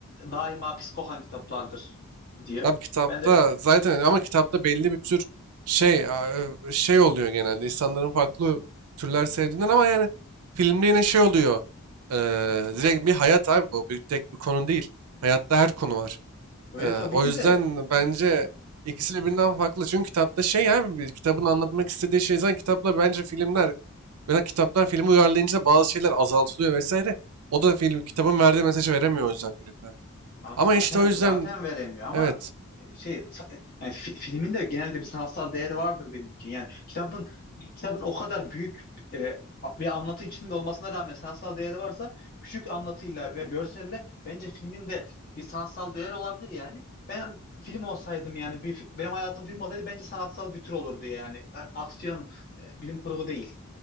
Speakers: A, on the left (about 40°); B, on the right (about 85°).
A: daima psikohan kitaplardır diyor.
B: Abi kitapta
A: Ben de
B: zaten ama kitapta belli bir tür şey a- e, şey oluyor genelde insanların farklı türler sevdiğinden ama yani filmde yine şey oluyor. Ee, direkt bir hayat abi bu. Bir tek bir konu değil. Hayatta her konu var.
A: öyle
B: Ee,
A: tabii
B: o
A: ki
B: yüzden
A: de
B: bence ikisi birbirinden farklı. Çünkü kitapta şey abi bir kitabın anlatmak istediği şey zaten kitapla bence filmler mesela kitaptan filmi uyarlayınca bazı şeyler azaltılıyor vesaire. O da film kitabın verdiği mesajı veremiyor o yüzden filmler.
A: abi
B: Ama
A: zaten
B: işte o yüzden
A: zaten veremiyor ama
B: evet
A: e, şey sa- yani fi- filmin de genelde bir sanatsal değeri vardır benimki. Yani kitabın kitabın o kadar büyük e, bir anlatı içinde olmasına rağmen sanatsal değeri varsa küçük anlatıyla ve görselle bence filmin de bir sanatsal değeri olabilir yani. Ben film olsaydım yani bir, benim hayatım film olsaydı bence sanatsal bir tür olurdu yani. A- Aksiyon, e, bilim kurgu değil.